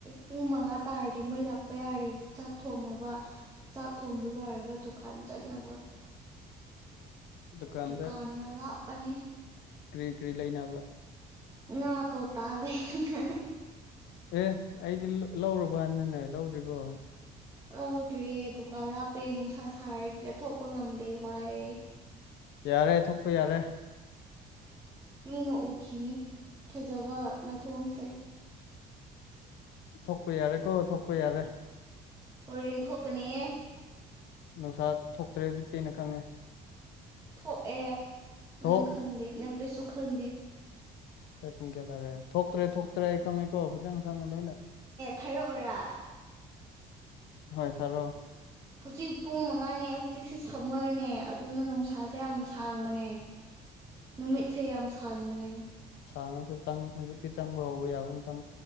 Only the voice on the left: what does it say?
<unintelligible> ꯗꯨꯀꯥꯟꯗ
ꯀꯔꯤ ꯀꯔꯤ ꯂꯩꯅꯕ
ꯑꯦ ꯑꯩꯗꯤ ꯂꯧꯨꯔꯕꯅꯅꯦ ꯂꯧꯔꯤꯕꯣ
ꯌꯥꯔꯦ ꯊꯣꯛꯄ ꯌꯥꯔꯦ
ꯊꯣꯛꯄ ꯌꯥꯔꯦꯀꯣ ꯊꯣꯛꯄ ꯌꯥꯔꯦ
ꯅꯨꯡꯁꯥ ꯊꯣꯛꯇ꯭ꯔꯦ ꯍꯧꯖꯤꯛꯇꯤꯅ ꯈꯪꯉꯦ
ꯊꯣꯛ
ꯑꯩ ꯄꯨꯡ ꯀꯌꯥ ꯇꯥꯔꯦ ꯊꯣꯛꯇ꯭ꯔꯦ ꯊꯣꯛꯇ꯭ꯔꯦ ꯑꯩ ꯈꯪꯉꯦꯀꯣ ꯐꯖꯅ ꯈꯪꯉꯦ ꯂꯣꯏꯅ
ꯍꯣꯏ ꯊꯔꯣ
ꯁꯥꯥꯡꯉꯁꯨ ꯆꯪ ꯍꯧꯖꯤꯛꯇꯤ ꯆꯪꯕ ꯍꯧꯕ ꯌꯥꯕ ꯃꯇꯝ